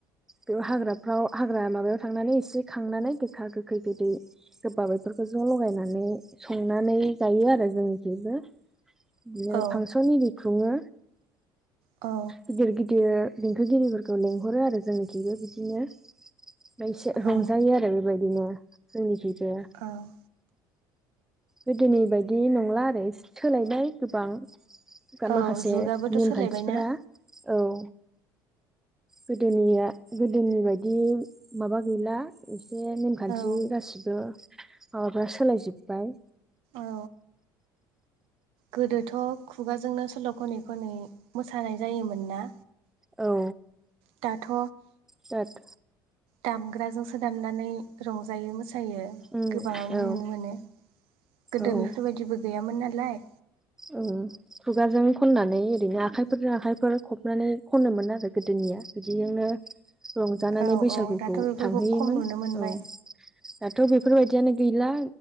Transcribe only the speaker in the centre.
बेयाव हाग्राफ्राव हाग्रा माबायाव थांनानै एसे खांनानै गोखा गोखै गोदै सोरबा बेफोरखौ ज' लगायनानै संनानै जायो आरो जोंनिथिबो‌। बिदिनो
फांसननि ओरि खुङो।
गिदिर गिदिर देंखोगिरिफोरखौ लेंहरो आरो जोंनिखिबो बिदिनो। मसे रंजायो
आरो बेबायदिनो जोंनिखबो।
गोदोनि बायदि नंला आरो सोलायबाय गोबां।
माखासे
नेमखान्थिफ्रा
औ गोदोनिया गोदोनि बायदि माबा गैला एसे नेमखान्थि
गासिबो माबाफ्रा सोलायजोब्बाय।
औ।
दाथ'
उम
औ
औ
औ खुगाजों खननानै ओरैनो आखाइफोरजों आखाइफोर फबनानै खनोमोन आरो गोदोनिया। बिदिजोंनो रंजानानै
बैसागुखौ
थांहोयोमोन
औ दाथ' बेफोरबायदियानो गैला